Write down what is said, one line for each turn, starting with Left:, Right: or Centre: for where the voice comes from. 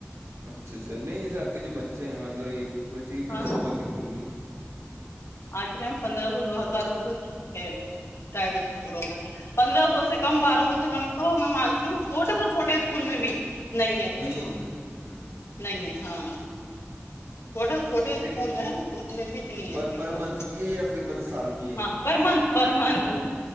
Right: اچھا اچھا نہیں جیسے آپ جو بچے ہیں مطلب ایک بچے کی فیس
Left: ہاں
Right: لگ بھگ کتنی ہوگی
Left: آج کے ٹائم پندرہ سو دو ہزار روپئے تو ہے پرائیویٹ اسکولوں میں پندرہ سو سے کم بارہ سو سے کم تو میں مانتی ہوں چھوٹے سے چھوٹے اسکول میں بھی نگ
Right: نہیں
Left: سر
Right: ہے نہیں ہے، نہیں ہے
Left: نگ ہاں چھوٹے چھوٹے اسکول
Right: لیکن
Left: ہیں اس میں بھیتنی ہے
Right: پر
Left: فیس
Right: پر
Left: آج
Right: منتھ
Left: کل
Right: کی ہے یا پھر مطلب سال کی ہے
Left: ہاں پر منتھ پر منتھ